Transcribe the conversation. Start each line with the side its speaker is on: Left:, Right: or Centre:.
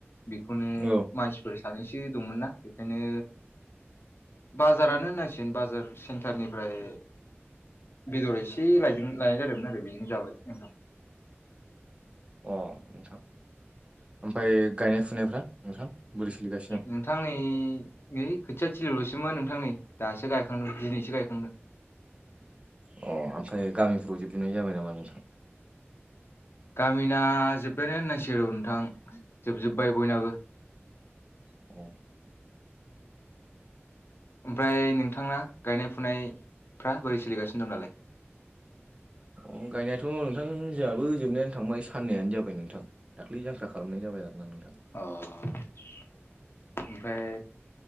Left: बेखौनो
Right: औ
Left: मानसिफोर सानैसो दंमोनना नोङो बाजारानो होनांसिगोन बाजार सेन्टारनिफ्राय बेदर एसे लायदों लायनाय जादोंमोन आरो बेजोंनो जाबाय नोंथां।
Right: अ नोंथां ओमफ्राय गायनाय फुनायफ्रा नोंथां बोरै? सोलिगासिनो
Left: नोंथां नै ओय खोथिया थिलिल'सैमोन नोंथां‌ नै दासो गायखांदों दिनैसो गायखांदों।
Right: अ ओमफ्राय गामिफ्राव जोबजोबनाय जाबाय नामा नोंथां?
Left: गामिना जोब्बायानो होननांसिगोन औ नोंथां जोबजोब्बाय बयनाबो।
Right: ओमफ्राय
Left: ओमफ्राय नोंथांना
Right: नोंथाङा गायनाय फुनाया
Left: गायनाय फुनायफ्रा बोरै सोलिगासिनो दं दालाय?
Right: अ गायनायाथ' नोंथां जोंहाबो जोबनानै थांबाय साननैयानो जाबाय नोंथां दाख्लि जांख्रा खालामनाय जाबाय आरो ना नोंथां।
Left: अ ओमफ्राय